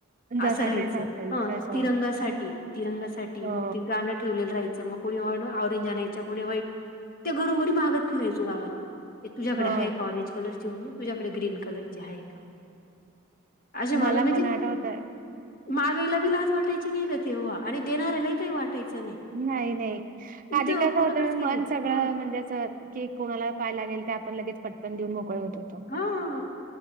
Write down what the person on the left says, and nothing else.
असं राहायचं.
ह,
तिरंगासाठी. तिरंगासाठी.
मग ते गाण ठेवलेल राहायचं मग कोणी ऑ ऑरेंज आणायच्या कोणी व्हाईट त्या घरोघरी मागत फिरायचो गावात ते तुझ्याकडे
हाये का ऑरेंज कलर ची ओढणी तुझ्याकडे ग्रीन कलरची हाये का. अशे माग
म्हणजे
मागायला बी लाज वाटायची नाही ग तेव्हा आणि देणाऱ्यालाही काही वाटायचं नाही.
इथं
कोणाकडेच
पाहिजे
हं
हां